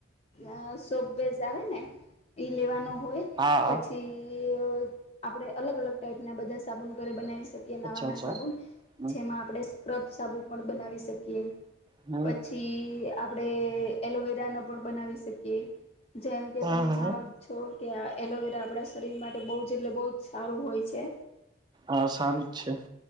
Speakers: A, on the left; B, on the right.
A: અ સો બેેઝ આવે ને ઈ લેવાનો હોય.
B: હા.
A: થી આપણેે અલગ અલગ ટાઈપના બધા સાબુન ઘરે બનાવી શકીએ નવા
B: અચ્છા અચ્છા
A: ના સાબુન.
B: હમ
A: જેમાં આપડણે સ્ક્રબ સાબુ પણ બનાવી શકીએ.
B: હમ
A: પછી આપણે એલોવેરા નો પણ બનાવી શકીએ. જેમકે
B: હા
A: તમે
B: હા
A: જાણો છો કે આ એલોવેરા આપણા શરીર માટે બહુ જ એટલે બહુ જ સારું હોય છે.
B: આ સારું જ છે.